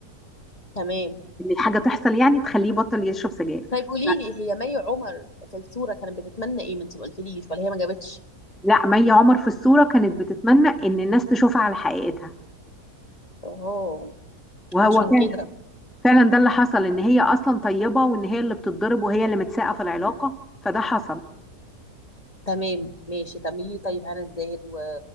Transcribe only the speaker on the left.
تمام
طيب قولي
لي هي مي عمر في الصورة كانت بتتمنى ايه ما انت ما قلتليش ولا هي ما جابتش
اه
عشان
كده
تمام ماشي كملي لي طيب هنا الزاهد و-